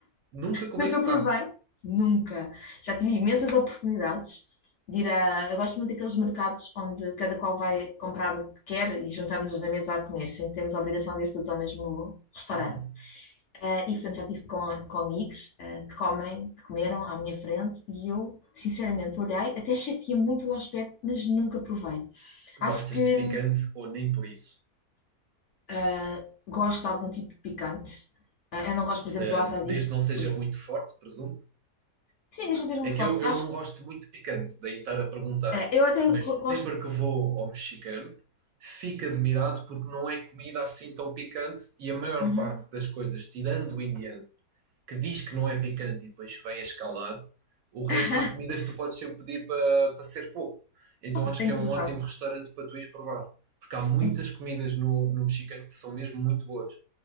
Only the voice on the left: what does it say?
Nunca provei,
nunca. Já tive imensas oportunidades de ir a. Eu gosto muito daqueles mercados onde cada qual vai comprar o que quer e juntamos-nos na mesa a comer, sem termos a obrigação de ir todos ao mesmo restaurante.
Eh, e portanto já tive com, com amigos eh, que comem, que comeram à minha frente e eu, sinceramente, olhei, até achei que tinha muito bom aspecto, mas nunca provei. Acho
que
eh, gosto de algum tipo de picante. Eh, eu não gosto, por
exemplo,
do wasabi.
Por... ex-
Sim, deixa eu ser muito
forte.
Eu Acho
que
é, eu até
go- gosto
Uhum.
<laughs>
Opa,
tenho
que provar.
Tenho,